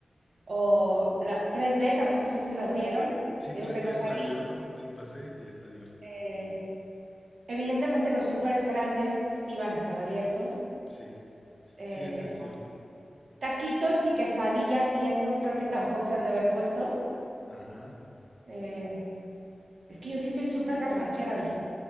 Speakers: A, on the right; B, on the left.
A: o la tres b tampoco sé si lo abrieron,
B: Sí,
A: te
B: tres
A: digo que
B: b
A: no
B: está
A: salí.
B: abierto, sí pasé y está abierto.
A: Eh, evidentemente los supers grandes sí van a estar abiertos.
B: Sí,
A: Eh,
B: sí, eso es cierto.
A: taquitos y quesadillas y estos creo que tampoco se han de haber puesto.
B: Ajá.
A: Eh, es que yo sí soy súper garnachera, oye.